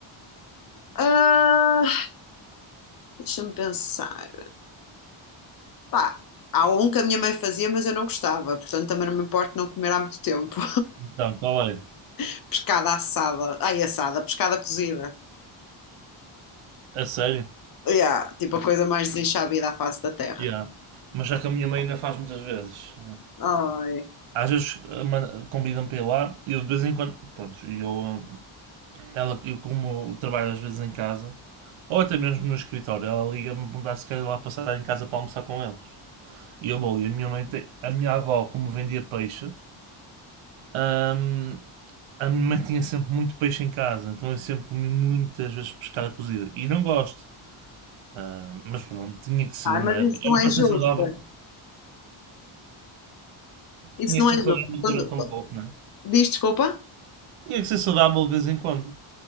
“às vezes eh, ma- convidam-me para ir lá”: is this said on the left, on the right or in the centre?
Right